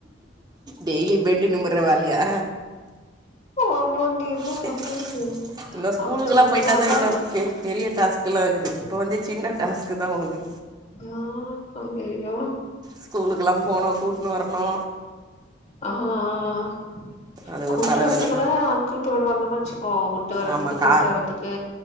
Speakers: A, on the right; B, on the left.
A: டெய்லியு பெண்டு நும்முற வேலியா
B: ஆமாண்டி என்ன
A: சேய்
B: பண்றது
A: இன்னு ஸ்கூலுக்ல்லா
B: அவ தூங்குனாதா
A: போய்ட்டாதா இன்னுருக்கு பெரிய டாஸ்கெலா இர்க்குது இப்போ வந்து சின்ன டாஸ்கு தா உனக்கு
B: ஆஹ் அய்யய்யோ
A: ஸ்கூலுக்குல்லா போனு கூட்ன்னு வரணு
B: ஆஹ்
A: அது
B: கூட்டு
A: ஒரு தலவலி
B: வர்றது கூட அங்கிள் போய்டுவாங்கனு வச்சுக்கோ உட்டு வரதுக்கு
A: ஆமாக்கா
B: கூட்டு வரதுக்கு